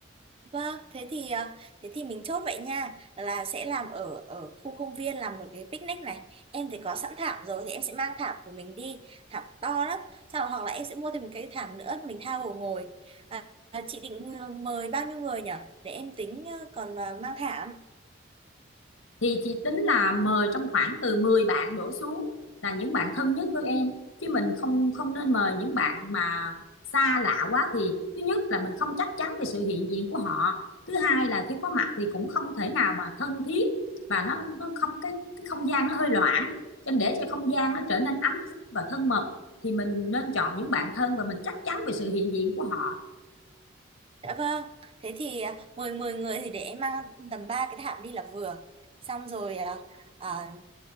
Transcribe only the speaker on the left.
thì chị tính là mời trong khoảng từ 10 bạn đổ xuống là những bạn thân nhất với em chứ mình không không nên mời những bạn mà xa lạ quá thì thứ nhất là mình không chắc chắn về sự hiện diện của họ thứ hai là khi có mặt thì cũng không thể nào mà thân thiết và nó nó không cái, cái không gian nó hơi loãng cho nên để cho không gian nó trở nên ấm áp và thân mật thì mình nên chọn những bạn thân và mình chắc chắn về sự hiện diện của họ